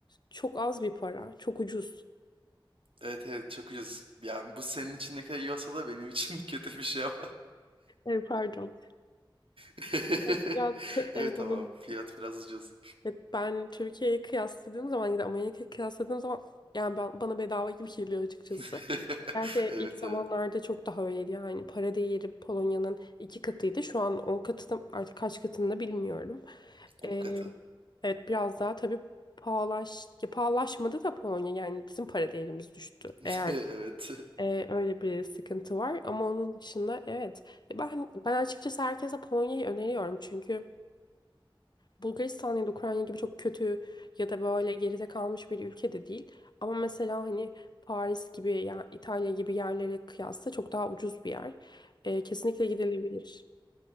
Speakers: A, on the left; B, on the right.
A: çok az bir para. Çok ucuz.
B: Evet evet çok ucuz. Yani bu senin için ne kadar iyi olsa da benim için <laughs> kötü bir şey ama.
A: E, pardon.
B: <laughs>
A: Evet, Biraz <laughs>
B: Evet
A: evet onun
B: ama Fiyat biraz ucuz.
A: Ya Ben Türkiye'ye kıyasladığım zaman ya da Amerika'ya kıyasladığım zaman yani ben, bana bedava gibi geliyor açıkçası.
B: <laughs>
A: Gerçi
B: Evet
A: ilk zamanlarda
B: evet.
A: çok daha öyleydi yani para değeri Polonya'nın iki katıydı. Şu an o katı da- artık kaç katında bilmiyorum.
B: 10
A: Ee,
B: katı.
A: evet biraz daha tabii pahalaş, ya pahalaşmadı da Polonya yani bizim para değerimiz düştü.
B: <laughs>
A: Eğer
B: Evet.
A: e, öyle bir sıkıntı var ama onun dışında evet. Ya Ben ben açıkçası herkese Polonya'yı öneriyorum çünkü Bulgaristan ya da Ukrayna gibi çok kötü ya da böyle geride kalmış bir ülke de değil. Ama mesela hani Paris gibi ya İtalya gibi yerlere kıyasla çok daha ucuz bir yer. Ee, kesinlikle gidilebilir.